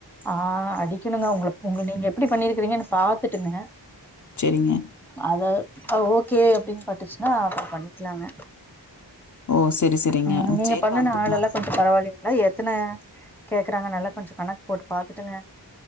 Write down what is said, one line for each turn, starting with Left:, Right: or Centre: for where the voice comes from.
Centre: ஆ அடிக்கணுங்க உங்கள உங்க நீங்க எப்டி பண்ணிருக்கிறீங்கன்னு பாத்துட்டுங்க
Left: செரிங்க
Centre: அததா ஓகே அப்படின்னு பாட்டுச்சுன்னா அப்பற பண்ணிக்லாங்க
Left: ஓ! சரி, சரிங்க.
Centre: ம் நீங்க
Left: சரி
Centre: பண்ணுன
Left: வந்து
Centre: ஆள்
Left: பாருங்க.
Centre: எல்லா கொஞ்சம் பரவால்லிங்களா எத்தன கேக்கறாங்க நல்லா கொஞ்சோ கணக்கு போட்டு பாத்துட்டுங்க